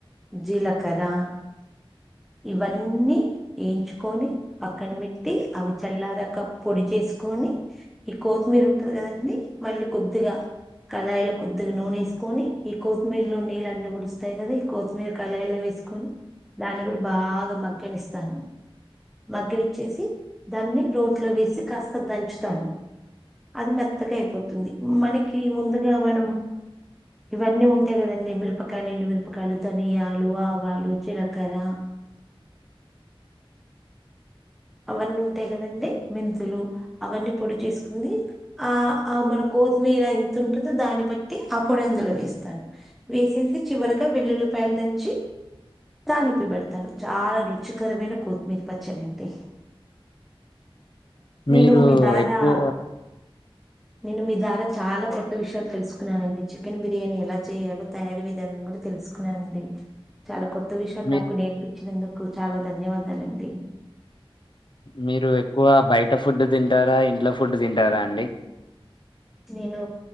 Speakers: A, in the centre; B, on the left (about 55°).
A: జీలకర్ర ఇవన్నీ వేయించుకొని పక్కన పెట్టి అవి చల్లారాక పొడి చేసుకు కుని ఈ కోత్తిమీర ఉంటది కదండీ మళ్ళీ కొద్దిగా కళాయిలొ కొద్దిగా నూనెేసుకొని ఈ కొత్తిమీర లో నీళ్ళన్నిముడుస్తాయి కదా ఈ కొత్తిమీర కళాయిలు వే సుకొని దాన్ని కూడా బాగా మగ్గనిస్తారు మగ్గనిచ్చేసి దాన్ని రోట్లొ వేసి కాస్త దంచుతాను అది మెత్తగా అయిపోతుంది మనకి ముందుగా మనం ఇవన్నీ ఉంటాయి కదండి మిరపకాయలు ఎండు మిరపకాయలు ధనియాలు ఆవాలు జీలకర్ర అవన్నీ ఉంటాయి కదండి మెంతులు అవన్నీ పొడి చేసుకుంది ఆ ఆ మనకు కొతిమీర ఎంత ఉంటుందో దాన్ని బట్టి ఆ పొడి అందులో వేస్తాను వేసేసి చివరిగా వెల్లుల్లి పాయ దంచి తాలింపు పెడతాడు చాలా రుచికరమైన కొత్తిమీర పచ్చాడంతె నేను
B: మీరు
A: మీదారా
B: ఎక్కువ
A: నేను మీ ద్వారా చాలా కొత్త విషయాలు తెలుసుకున్నానండి చికెన్ బిర్యానీ ఎలా చేయాలో తయారీ విధానం కూడా తెలు సుకున్నానండి చాలా కొత్త కొత్త విషయాలు
B: మీ
A: నాకు నేర్పించినందుకు చాలా ధన్యవాదాలండి
B: మీరు ఎక్కువ బయట ఫుడ్ తింటారా ఇంట్లో ఫుడ్ తింటారా అండి
A: నేను